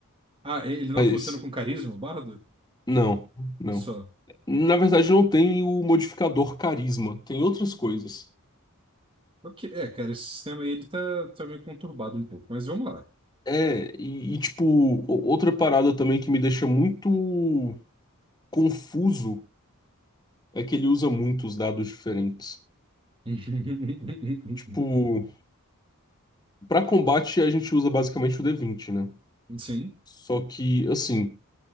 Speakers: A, on the right (about 25°); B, on the left (about 20°).
A: Ah, ele não
B: Mas,
A: funciona com carisma, o bardo?
B: não, não.
A: Só.
B: Na verdade, não tem o modificador carisma, tem outras coisas.
A: Ok, é, cara, esse sistema aí, ele tá, tá meio conturbado um pouco, mas vamos lá.
B: É, e, e, tipo, o- outra parada também que me deixa muito confuso é que ele usa muitos dados diferentes.
A: <laughs>
B: Tipo, pra combate a gente usa basicamente o D20, né?
A: Sim.
B: Só que, assim,